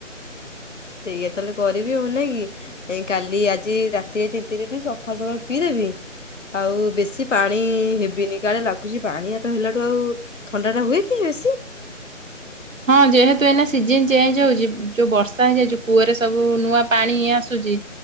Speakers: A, on the left (about 70°); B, on the right (about 80°).
A: ସେଇଆ ତାହେଲେ କରିବି ହବ ନାଇଁ କି। ଏ କାଲି ଆଜି ରାତି ଆ ଦି ତିନିଦିନ ସକାଳୁ ସକାଳୁ ପିଇଦେବି ଆଉ ବେଶୀ ପାଣି ହେବିନି କାଳେ ଲାଗୁଛି ପାଣି ହାତ ହେଲାଠୁ ଆଉ ଥଣ୍ଡା ଟା ହୁଏ କି ବେଶୀ?
B: ହଁ ଯେହେତୁ ଏଇନା ସିଜିନ ଚେଞ୍ଜ ହଉଛି ଯୋଉ ବର୍ଷା ହେଇଯାଉଛି କୂଅରେ ସବୁ ନୂଆ ପାଣିଇ ଆସୁଛି